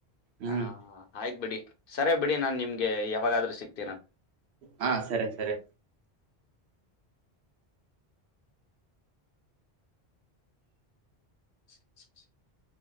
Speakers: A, on the right; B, on the left.
A: ಹ್ಮ್
B: ಹ ಆಯ್ತ್ ಬಿಡಿ. ಸರಿ ಬಿಡಿ ನಾನ್ ನಿಮ್ಗೆ ಯಾವಾಗಾದ್ರೂ ಸಿಕ್ತ
A: ಹಾ ಸರಿ ಸರಿ.
B: <inaudible>